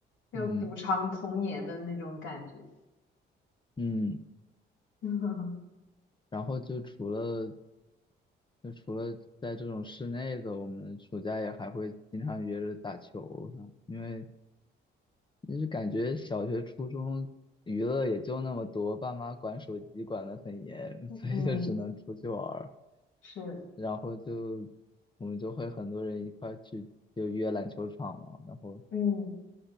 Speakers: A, on the left; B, on the left.
A: 要补偿童年的那种感觉。
B: 嗯嗯，
A: <laughs>
B: 然后就除了就除了在这种室内的，我们暑假也还会经常约着打球啥，因为就是感觉小学、初中娱乐也就那么多，爸妈管手机管得很严，
A: 嗯，
B: <laughs> 所以就只能出去玩儿。
A: 是，
B: 然后就我们就会很多人一块儿去就约篮球场嘛，然后
A: 嗯，